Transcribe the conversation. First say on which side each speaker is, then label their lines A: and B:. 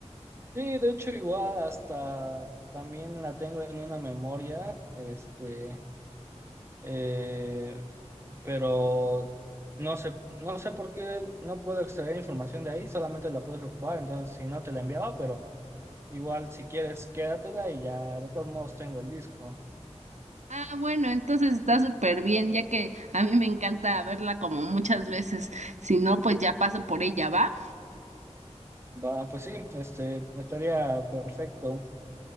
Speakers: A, on the right; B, on the right.
A: Sí, de hecho, igual hasta también la tengo en una memoria, este, eh, pero no sé, no sé por qué no puedo extraer información de ahí, solamente la puedes ocupar, entonces si no te la enviaba, pero igual si quieres, quédatela y ya de todos modos tengo el disco.
B: Ah, bueno, entonces está súper bien, ya que a mí me encanta verla como muchas veces, si no pues ya paso por ella, ¿va?
A: Va, pues sí, este, estaría perfecto.